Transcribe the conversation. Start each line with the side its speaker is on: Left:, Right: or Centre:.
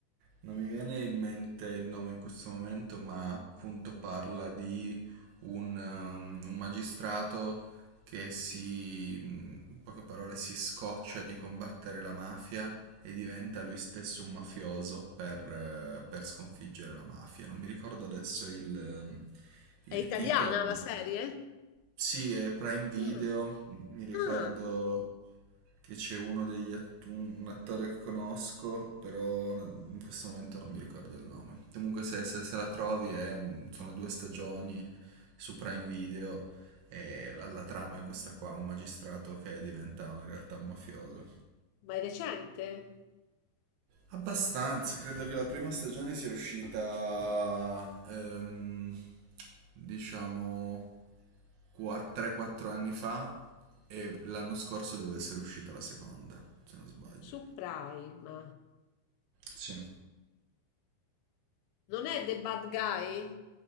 Right: Non mi viene in mente il nome in questo momento, ma appunto parla di un, um, un magistrato che si, in poche parole, si scoccia di combattere la mafia e diventa lui stesso un mafioso per, eh, per sconfiggere la mafia. Non mi ricordo adesso il, um, il
Left: è italiana
Right: titolo, ma...
Left: la serie?
Right: Sì, è Prime Video,
Left: Ah,
Right: mi ricordo
Left: Ah,
Right: che c'è uno degli att- un un attore che conosco, però in questo momento non mi ricordo il nome. Comunque se, se- se la trovi è un- sono due stagioni su Prime Video e la, la trama è questa qua, un magistrato che diventa in realtà un mafioso.
Left: ma è recente?
Right: Abbastanza, credo che la prima stagione sia uscita, ehm, diciamo, qua- 3-4 anni fa e l'anno scorso deve essere uscita la seconda, se non sbaglio.
Left: Su Prime.
Right: Sì.
Left: Non è The Bad Guy?